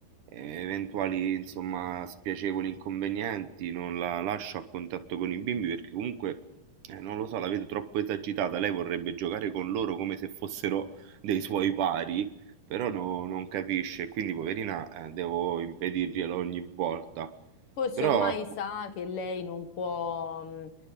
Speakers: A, on the right (about 65°); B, on the left (about 50°).
A: eh, eventuali, insomma, spiacevoli inconvenienti, non la lascio a contatto con i bimbi perché comunque, eh, non lo so, la vedo troppo esagitata, lei vorrebbe giocare con loro come se fossero dei suoi pari, però no- non capisce, quindi poverina, eh, devo impedirglielo ogni volta.
B: forse
A: Però,
B: ormai sa che lei non può, mm,